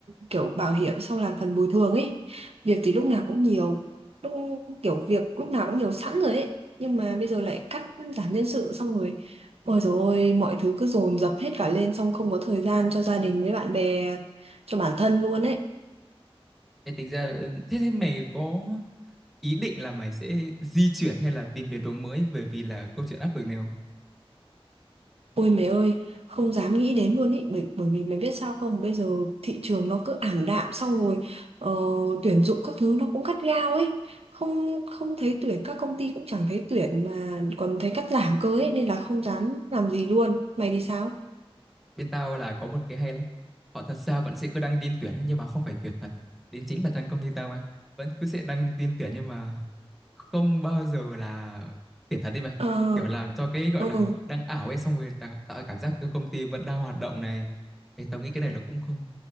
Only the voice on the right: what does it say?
kiểu bảo hiểm xong làm phần bồi thường ấy. Việc thì lúc nào cũng nhiều, lúc kiểu việc lúc nào cũng nhiều sẵn rồi ấy. Nhưng mà bây giờ lại cắt giảm nhân sự xong rồi Ôi dồi ôi, mọi thứ cứ dồn dập hết cả lên xong không có thời gian cho gia đình với bạn bè, cho bản thân luôn ấy.
Ôi mẹ ơi, không dám nghĩ đến luôn ý, bởi, bởi vì mày biết sao không, bây giờ thị trường nó cứ ảm đạm xong rồi ờ, tuyển dụng các thứ nó cũng cắt gao ấy, không không thấy tuyển, các công ty cũng chẳng thấy tuyển mà còn thấy cắt giảm cơ ấy, nên là không dám làm gì luôn, mày thì sao?
Ờ,
ừ.